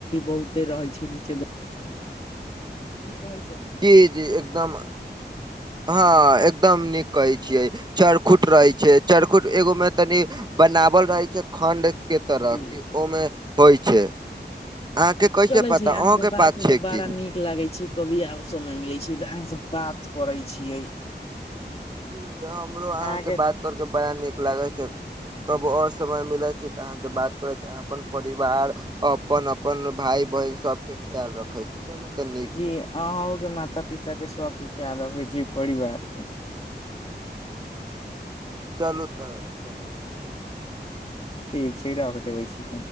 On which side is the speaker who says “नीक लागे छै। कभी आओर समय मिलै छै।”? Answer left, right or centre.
Left